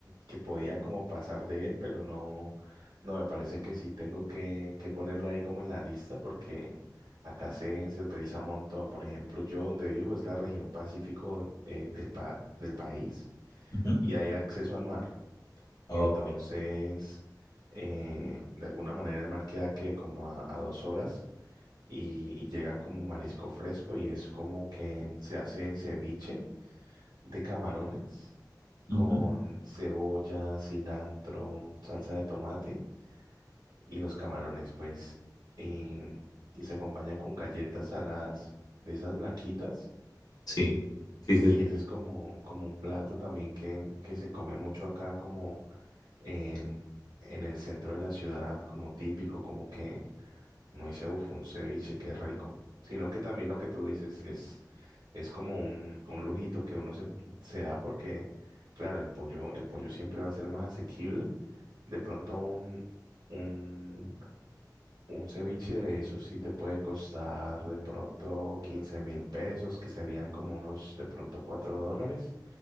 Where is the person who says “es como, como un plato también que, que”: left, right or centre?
Right